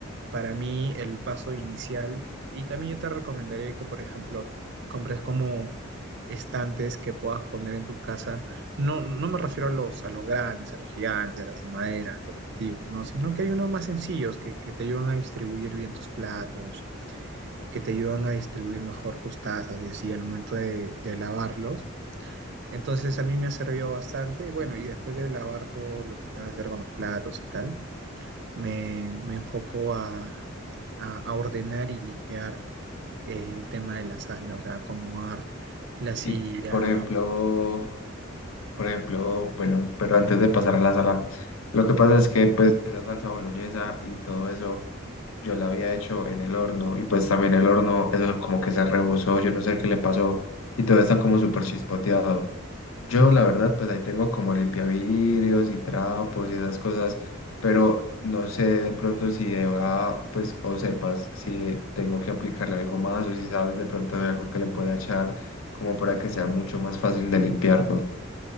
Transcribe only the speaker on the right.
para mí el paso inicial y también yo te recomendaría que, por ejemplo, compres como estantes que puedas poner en tu casa. No, no me refiero a los, a los grandes, a los gigantes, a los de madera, a los antiguos, ¿no? Sino que hay unos más sencillos que, que te ayudan a distribuir bien tus platos, que te ayudan a distribuir mejor tus tazas, y así al momento de, de lavarlos. Entonces a mí me ha servido bastante, bueno, y después de lavar todo lo que tenga que ver con los platos y tal me, me enfoco a, a- a ordenar y limpiar eh, el tema de la sala, o sea, acomodar la silla.
Ujú.